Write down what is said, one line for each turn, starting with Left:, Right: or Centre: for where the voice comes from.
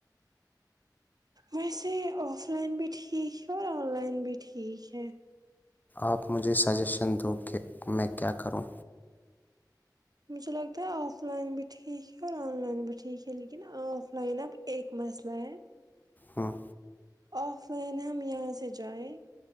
Right: ویسے آف لائن بھی ٹھیک ہے اور آن لائن بھی ٹھیک ہے
Left: آپ مجھے سجیشن دو کہ میں کیا کروں
Right: مجھے لگتا ہے آف لائن بھی ٹھیک ہے اور آن لائن بھی ٹھیک ہے لیکن آف لائن اب ایک مسئلہ ہے
Left: ہوں
Right: آف لائن ہم یہاں سے جائیں